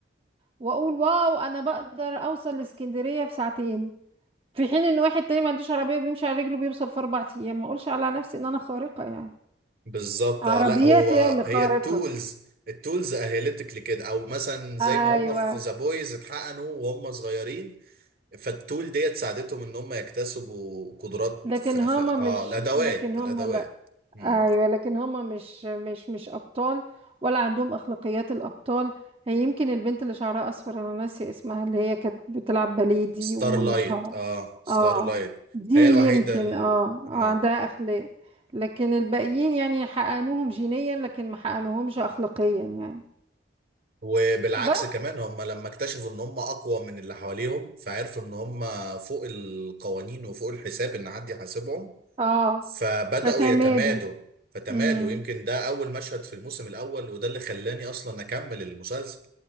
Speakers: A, on the right; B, on the right.
A: واقول واو انا بقدر اوصل لاسكندريه في ساعتين في حين ان واحد تاني ما عندوش عربيه وبيمشي على رجله بيوصل في اربع ايام ما اقولش على نفسي ان انا خارقه يعني
B: بالظبط
A: عربيتي
B: اه لا هو
A: هي اللي خارقه
B: هي التولز التولز اهلتك لكده او مثلا زي
A: ايوه
B: ما هم في ذا بويز اتحقنوا وهم صغيرين فالتول ديت ساعدتهم ان هم يكتسبوا قدرات
A: لكن
B: خ...
A: هما
B: خ... اه
A: مش
B: الادوات
A: لكن هما
B: الادوات
A: لا
B: مم.
A: ايوه لكن هما مش مش مش ابطال ولا عندهم اخلاقيات الابطال هي يمكن البنت اللي شعرها اصفر انا ناسيه اسمها اللي هي كانت بتلعب باليه دي
B: ستار
A: ومامتها
B: لايت اه ستار
A: اه
B: لايت
A: دي
B: هي
A: يمكن
B: الوحيده ال...
A: اه, آه
B: آه.
A: عندها اخلاق لكن الباقيين يعني حقنوهم جينيا لكن ما حقنوهمش اخلاقيا يعني
B: وبالعكس
A: بس
B: كمان هم لما اكتشفوا ان هم اقوى من اللي حواليهم فعرفوا ان هم فوق القوانين وفوق الحساب ان حد يحاسبهم
A: اه
B: فبدأوا
A: فتمادوا
B: يتمادوا فتمادوا
A: امم
B: يمكن ده أول مشهد في الموسم الأول وده اللي خلاني أصلا أكمل المسلسل